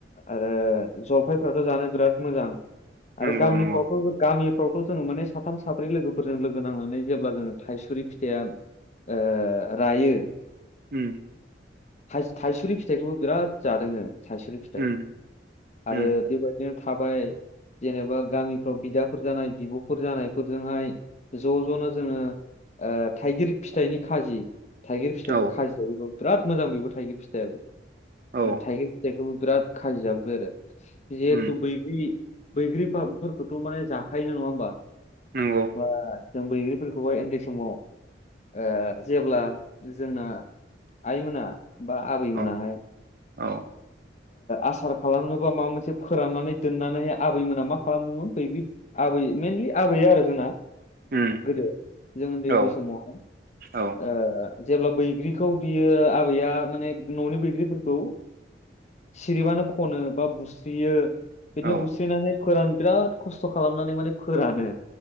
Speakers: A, on the left; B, on the right.
A: आरो जफ्राथ' जानो बिराद मोजां
B: नंगौ
A: आरो गामिफ्रावथ
B: नंगौ
A: गामिफ्रावथ' जोङो माने साथाम साब्रै लोगोफोरजों लोगो नांनानै जेब्ला जोङो थाइसुरि फिथाइया ओ रायो
B: उओम
A: थाइसुरि फिथाइखौबो बिराद जादों जों थाइसुरि फिथाइ
B: उम
A: आरो
B: उम
A: बेबायदिनो थाबाय जेनेबा गामिफ्राव बिदाफोर जानाय बिब'फोर जानायफोरजोंहाय ज' ज'नो जोङो ओ थाइगिर फिथाइनि खाजि थाइगिर फिथाइखो
B: औ
A: खाजि जायोबो बिराद मोजां बेबो थाइगिर फिथाइआो
B: औ
A: -म थाइगिर फिथाइखौबो बिराद खाजियाबबो आरो जिहेथु
B: उम
A: बै बै बैग्रिफोरखौथ' माने जाखायोोन नङा होमबा
B: नंगौ
A: बा जों बैग्रिफोरखौहाय उन्दै समाव ओ जेब्ला जोंना आइमोना बा आबैमोनाहाय
B: औ औ
A: आसार खालामनोबा माबा मोनसे फोराननानै दोननानै आबैमोना मा खालामोमोन बैग्रि आबै मेनलि आबैया आरो जोंना
B: उम
A: गोदो जों उन्दै
B: औ
A: उन्दै समावहाय
B: औ
A: ओ जेब्ला बैग्रिखौ बियो आबैया माने न'नि बैग्रिफोरखौ
B: <inaudible>
A: सिरिबानो खनो बा बुस्रियो बिदिनो
B: औ
A: बुस्रिनानै फोरा बिराद खस्थ' खालामनानै माने फोरानो।